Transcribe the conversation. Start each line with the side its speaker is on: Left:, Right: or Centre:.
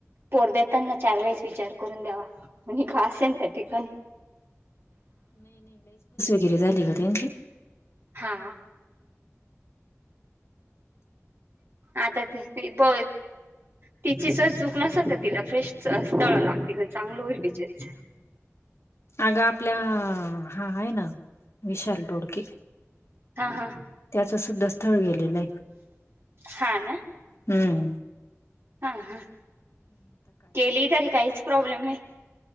Right: पोरदेताना चार वेळेस विचार करून द्यावा कोणी का असेन त्या ठिकाणी
Left: जिरे झाली का त्यांची
Right: हा आता ते ब तिची जर चूक नसेल तर तिला फ्रेश स्थळ लागते पण चांगलं होईल बिचारीच
Left: अग आपला हा आहे ना विशाल डोडके
Right: हा हा
Left: त्याचं सुद्धा स्थळ गेलेलंय
Right: हा ना
Left: हम्म
Right: हा ह केली तरी काहीच प्रॉब्लेम नाही